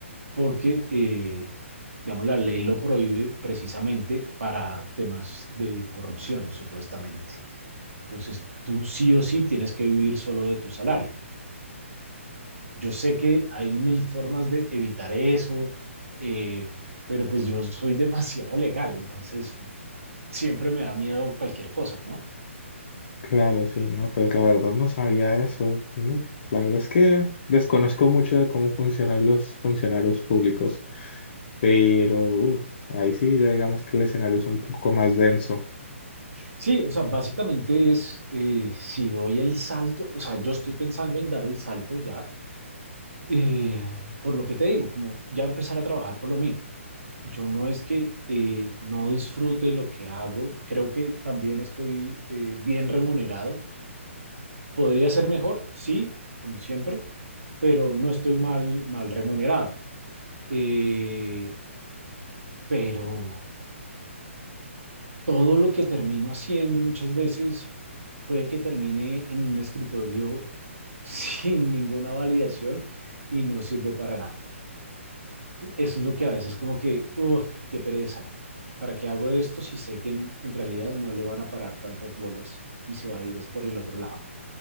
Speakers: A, on the right; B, on the left.
A: porque, eh, digamos, la ley lo prohíbe precisamente para temas de corrupción, supuestamente. Entonces, tú sí o sí tienes que vivir solo de tu salario. Yo sé que hay mil formas de evitar eso, eh, pero pues yo soy <laughs> demasiado legal, entonces siempre me da miedo cualquier cosa, ¿no?
B: Claro, sí, no, pues la verdad no sabía eso. Uf, la verdad es que desconozco mucho de cómo funcionan los funcionarios públicos, pero uf, ahí sí, ya digamos que el escenario es un poco más denso.
A: Sí, o sea, básicamente es, eh, si doy el salto, o sea, yo estoy pensando en dar el salto ya, eh, por lo que te digo, como ya empezar a trabajar por lo mío. Yo no es que eh, no disfrute lo que hago, creo que también estoy eh, bien remunerado. Podría ser mejor, sí, como siempre, pero no estoy mal, mal remunerado. Eh, pero... todo lo que termino haciendo muchas veces puede que termine en un escritorio <laughs> sin ninguna validación y no sirve para nada. Eso es lo que a veces como que, uff, qué pereza. ¿Para qué hago esto si sé que en, en realidad no le van a parar tantas bolas y se va a ir es por el otro lado?